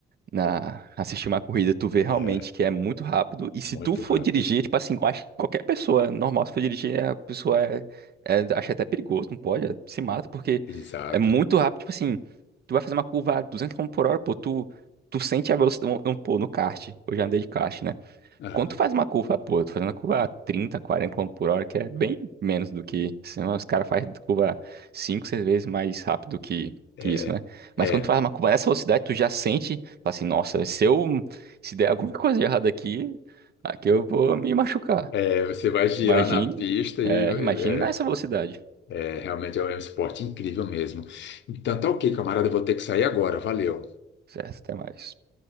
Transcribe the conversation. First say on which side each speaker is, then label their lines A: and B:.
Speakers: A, on the right (about 55°); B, on the left (about 65°).
A: na assistir uma corrida, tu vê realmente
B: É,
A: que é muito rápido. E se
B: muito
A: tu for
B: rápido.
A: dirigir, tipo assim, eu acho que qualquer pessoa é normal, se for dirigir, a pessoa é, é- acha até perigoso, não pode, é- se mata, porque
B: Exato.
A: é muito rápido. Tipo assim, tu vai fazer uma curva a 200 km por hora, pô, tu, tu sente a velocidade. um- um, Pô, no kart, eu já andei de kart, né?
B: Ah,
A: Quando tu faz uma curva, pô, tu fazendo a curva a 30, 40 km por hora, que é bem menos do que. Senão os caras fazem curva 5, 6 vezes mais rápido que,
B: é,
A: que isso, né?
B: é,
A: Mas quando tu faz uma curva nessa velocidade, tu já sente, fala assim, nossa, se eu. Se der alguma <laughs> coisa errada aqui, aqui eu vou me machucar.
B: é. Você vai girar
A: Imagine.
B: na pista e.
A: É, imagine
B: É,
A: nessa velocidade.
B: é, realmente é um esporte incrível mesmo. Então tá ok, camarada. Eu vou ter que sair agora. Valeu.
A: Certo, até mais.